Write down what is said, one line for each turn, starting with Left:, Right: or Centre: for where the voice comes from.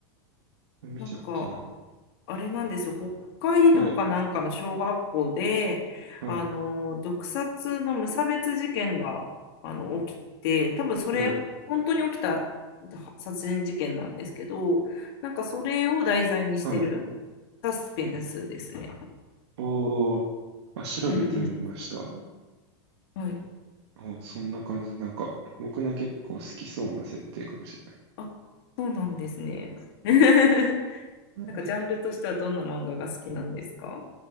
Right: 見たことない。
Left: なんか、あれなんですよ、北海道かなんかの小学校で、
Right: はい、はい、
Left: あの、毒殺の無差別事件が、あの、起きて、多分それ、
Right: はい、
Left: 本当に起きた殺人事件なんですけど、なんかそれを題材にしてる
Right: はい。
Left: サスペンスですね。
Right: おー、あ、調べてみました。
Left: うんうん。はい。
Right: あ、そんな感じで、なんか、僕の結構好きそうな設定かもしれない。
Left: あ、そうなんですね。<laughs>
Right: <laughs>
Left: なんかジャンルとしてはどんな漫画が好きなんですか